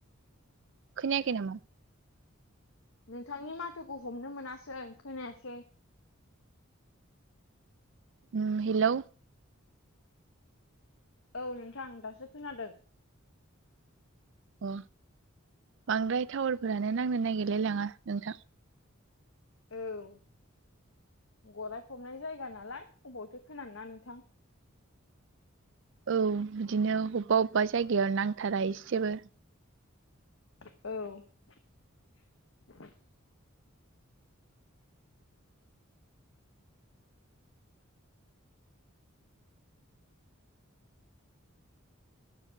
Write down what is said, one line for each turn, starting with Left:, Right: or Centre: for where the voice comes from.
Right: खोनायाखै नामा?
Left: नोंथांनि माथोखौ हमनो मोनासै खोनायासै
Right: उम हेलौ
Left: औ नोंथां दासो खोनादों।
Right: अ बांद्राय टावारफोरानो नांनो नागिरलाय लाङा नोंथां।
Left: औ गराय फबनाय जायगा नालाय अबावथो खोनानो ना नोंथां।
Right: औ बिदिनो अबबा अबबा जायगाया नांथारा एसेबो
Left: औ